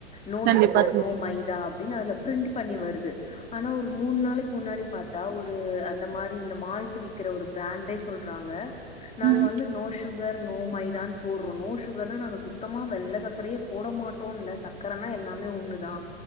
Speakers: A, on the left; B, on the right.
A: நோ
B: கண்டிப்பா
A: சுகர்
B: தோழி
A: நோ மைதா அப்படின்னு அதுல பிரிண்ட் பண்ணி வருது ஆனா ஒரு மூணு நாளைக்கு முன்னாடி பாத்தா ஒரு அந்த மாரி இந்த மால்ட் விக்கிற ஒரு பிராண்டே சொல் றாங்க நாங்க
B: ம்
A: வந்து நோ சுகர் நோ மைதான் போடுறோ நோ சுகர் நாங்க சுத்தமா வெள்ள சர்கரையே போட மாட்டோல்ல சக்கரனா எல்லா மே ஒண்ணுதா